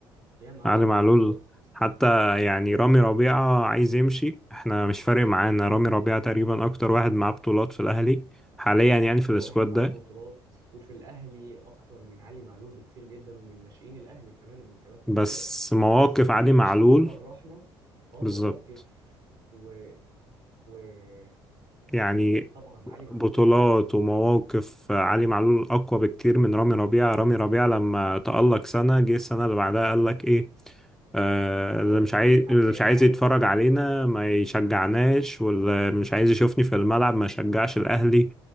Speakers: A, on the right; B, in the centre.
A: ياما عمل
B: علي معلول
A: لحظات
B: حتى يعني رامي ربيعة عايز يمشي احنا مش فارق معانا رامي ربيعة تقريبا اكتر واحد معاه بطولات في الاهلي حاليا يعني
A: اكتر
B: في السكواد
A: واحد معاه
B: ده
A: بطولات وفي الاهلي اكتر من علي معلول بكتير جدا ومن ناشئين الاهلي كمان ومن كباتن
B: بس
A: الفرقه
B: مواقف
A: بس
B: علي
A: ما
B: معلول
A: فيش حد فرحنا اه
B: بالظبط
A: مواقف و... ومواقف
B: يعني
A: طبعا علي معلول
B: بطولات ومواقف علي معلول أقوى بكتير من رامي ربيعة رامي ربيعة لما تألق سنة جه السنة اللي بعدها قال لك إيه آه،
A: اه
B: اللي مش
A: اتنك
B: عايز اللي
A: على النادي
B: مش عايز
A: وعاوز
B: يتفرج
A: يزود
B: علينا
A: المبلغ
B: ما يشجعناش واللي مش عايز يشوفني في الملعب ما يشجعش الأهلي